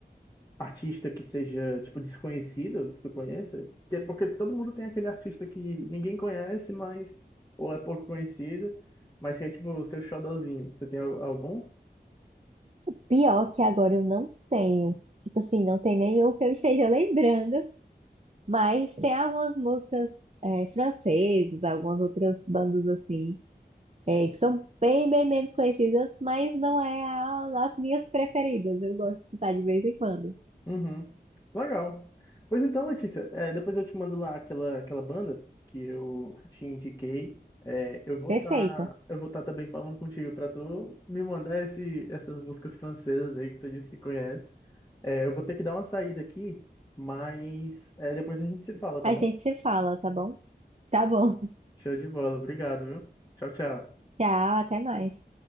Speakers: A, on the left (about 20°); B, on the right (about 40°).
A: artista que seja tipo desconhecido que tu conheça? Que é Porque todo mundo tem aquele artista que ninguém conhece, mas ou é pouco conhecido, mas que é tipo o seu xodózinho. Você tem al- algum?
B: Pior que agora eu não tenho. Tipo assim, não tem nenhum que eu esteja lembrando, mas tem algumas músicas eh, francesas, algumas outras bandas assim, eh, que são bem, bem menos conhecidas, mas não é a- as minhas preferidas. Eu gosto de escutar de vez em quando.
A: Uhum. Legal. Pois então, Letícia, é, depois eu te mando lá aquela aquela banda que eu te indiquei. É, eu vou
B: Perfeito.
A: estar eu vou tá também falando contigo para tu me mandar esse, essas músicas francesas aí que tu disse que conhece. É, eu vou ter que dar uma saída aqui, mas é, depois a gente se fala,
B: A
A: tá bom?
B: gente se fala, tá bom? Tá bom. <laughs>
A: Show de bola, obrigado, viu? Tchau, tchau.
B: Tchau, até mais.